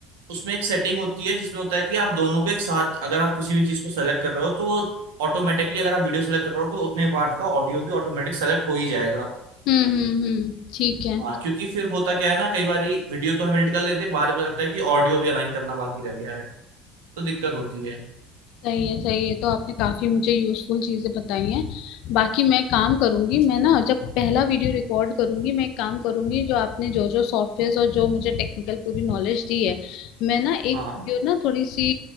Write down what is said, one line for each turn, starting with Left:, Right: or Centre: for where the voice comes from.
Right: उसमें एक सेटिंग होती है जिसमें होता है कि आप दोनों को एक साथ अगर आप किसी भी चीज को सेलेक्ट कर रहे हो तो ऑटोमेटिकली अगर आप वीडियो सेलेक्ट कर रहे हो तो उतने पार्ट का ऑडियो भी ऑटोमेटिक सेलेक्ट हो ही जाएगा
Left: हम्म हम्म हम्म ठीक है
Right: हाँ क्योंकि फिर होता क्या है ना कई बार वीडियो तो हम एडिट कर लेते हैं बाद में पता लगता है कि ऑडियो भी अलाइन करना बाकी रह गया है तो दिक्कत होती है
Left: सही है सही है तो आपने काफी मुझे यूजफुल चीजें बताई हैं बाकी मैं काम करूंगी मैं ना जब पहला वीडियो रिकॉर्ड करूंगी मैं एक काम करूंगी जो आपने जो जो सॉफ्टवेयर और जो मुझे टेक्निकल पूरी नॉलेज दी है मैं ना
Right: हाँ
Left: एक जो ना थोड़ी सी